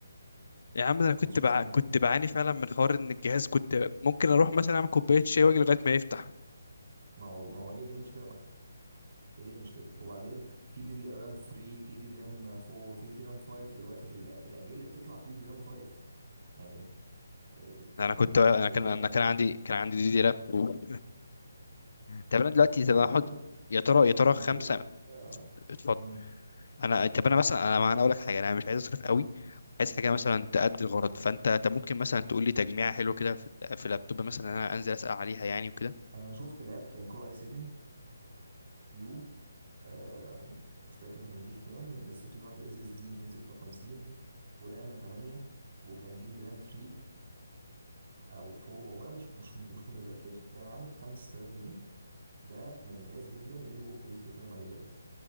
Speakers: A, on the left; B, on the right.
A: يا عم ده انا
B: 15
A: كنت بع...
B: ثانية
A: كنت بعاني فعلا من حوار ان الجهاز كنت ممكن اروح مثلا اعمل كوبايه شاي واجي لغايه ما يفتح
B: ما هو ما هو هي دي المشكلة بقى هي دي المشكلة وبعدين في دي دي رام 3 في دي دي رام 4 في دي دي رام 5 دلوقتي في ال- في الأجيال اللي بتطلع في دي دي رام 5 يعني إيه-
A: انا
B: يعني
A: كنت انا
B: النوع
A: كان انا
B: الرام
A: كان عندي كان عندي دي دي رام <laughs> طب انا دلوقتي
B: طب
A: طب
B: ما
A: انا
B: على
A: احط
B: فكرة
A: يا ترى يا ترى
B: دي
A: خمسه
B: دي رام ده
A: اتفضل
B: مم.
A: انا طب انا مثلا انا انا اقول لك حاجه انا مش عايز اصرف قوي عايز حاجه مثلا تأدي الغرض فانت انت ممكن مثلا تقول لي تجميعه حلوه كده في في اللابتوب مثلا انا انزل اسال عليها يعني وكده
B: أنا شفت لاب كان كور اي 7 يو آم، مش فاكر كان جيل كام بس في هارد اس اس دي 256 ورامة 8 وكان دي دي رام 3 او 4 والله مش مش مش متذكر كان عامل 5000 جنيه ده ممتاز جدا للوك اللي انت بتتكلم عليه دلوقتي